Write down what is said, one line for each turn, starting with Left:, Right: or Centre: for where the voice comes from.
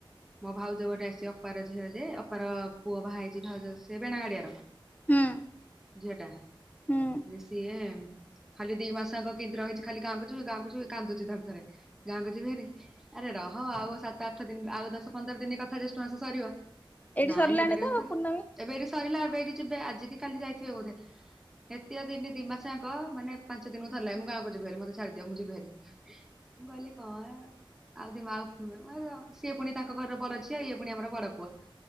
Centre: ମୋ ଭାଉଜ ଗୋଟେ ଆସିଚି ଅପାର ଝିଅ ଯେ ଅପାର ପୁଅ ବାହା ହେଇଛି ଭାଉଜ ସେ ବେଣା ଗାଡିଆର।
Left: ହୁଁ
Centre: ଝିଅ ଟା
Left: ହୁଁ
Centre: ଜେ ସିଏ ଖାଲି ଦି ମାସଆଙ୍କ କେମିତି ରହିଛି ଖଲି ଗାଁକୁ ଯିବି ଗଁକୁ ଯିବି କାନ୍ଦୁଚି ଥରେ ଥରେ ଗାଁକୁ ଯିବି ହାରି ଆରେ ରହ ଆଉ ସାତ ଆଠ ଦିନ ଆଉ ଦଶ ପନ୍ଦର ଦିନ କଥା ଠ ମାସ ସରିବ
Left: ଏଇଠି
Centre: ନାଇଁ
Left: ସରିଲାଣି
Centre: ହେଇପାରିବନି ତ
Left: ପୂର୍ଣ୍ଣମୀ
Centre: ଏବେ ଏଇଟି ସରିଲା ଏବେ ଏଇଠି ଯିବେ ଆଜିିକି କାଲି ଯାଇଥିବେ ବୋଧେ। ହେତତିଆ ଦିମାସଆଙ୍କ ମାନେ ପାଞ୍ଚଦିନକୁ ଥରେଲାଖେ ମୁଁ ଗାଁକୁ ଯିଵିହାରୀ ମତେ ଛାଡିଦିଅ ମୁଁ ଯିଵିହାରୀ।
Left: ହଁ
Centre: ମୁଁ କହିଲି କଅଣ। ଆଉ ଦି ମା ଉ ମା ସିଏ ପୁଣି ତାଙ୍କ ଘରର ବଡ ଝିଅ ଇଏ ପୁଣି ଆମର ବଡ ପୁଅ